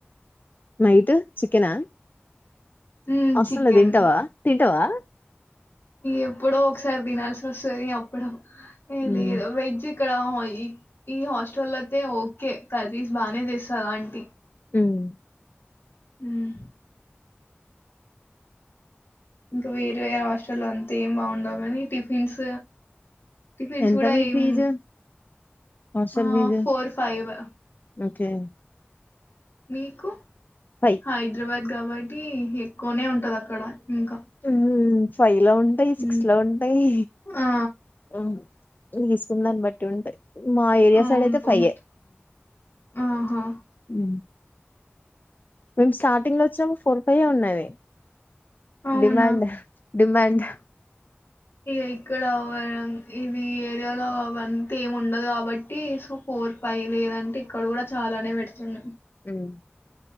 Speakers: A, on the left (about 45°); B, on the left (about 75°).
A: నైట్ చికెనా
B: ఉమ్,
A: అస్సల్
B: చికెన్
A: తింటావా తి టవా
B: ఎప్పుడో ఒకసారి తినాల్సి వస్తది అప్పుడు ఏ
A: హ్మ్.
B: లేదు వెజ్ ఇక్కడ హోయి ఈ హాస్టల్ అయితే ఓకే కర్రీస్ బానే చేస్తాద్ అంటి
A: హ్మ్మ్
B: హ్మ్మ్ ఇంకా వేరే హాస్టల్లో అంతేం బాగుండవు కాని టిఫిన్స్ టిఫెన్స్
A: ఎంత
B: కూడా
A: మీకు
B: ఏం
A: ఫీజు hostel
B: ఆ
A: fees
B: four five
A: okay
B: మీకు
A: ఫైవ్
B: హైద్రాబాద్ గాబట్టి ఎక్కువనే ఉంటద్ అక్కడ ఇంకా
A: ఉమ్మ్ ఫైవ్ లో ఉంటయి సిక్స్
B: ఉమ్.
A: లో ఉంటయి
B: ఆ,
A: ఉ తీసుకున్ దాన్ బట్టి ఉంటాయి మా ఏరియా
B: అవునవును
A: సైడ్ అయితే ఫై
B: ఆహా
A: ఉ మేము స్టార్టింగ్ ల వచ్చినప్పుడు ఫోర్ ఫై ఉన్నది
B: అవునా
A: డిమాండ్ డిమాండ్
B: ఇగ ఇక్కడ ఒవరన్ ఇది ఏరియాలో అవంత ఏమ్ ఉండదు కాబట్టి సో ఫోర్ పైవ్ లేదంటే ఇక్కడ కూడా చాలానే పెడుతుండే
A: హ్మ్మ్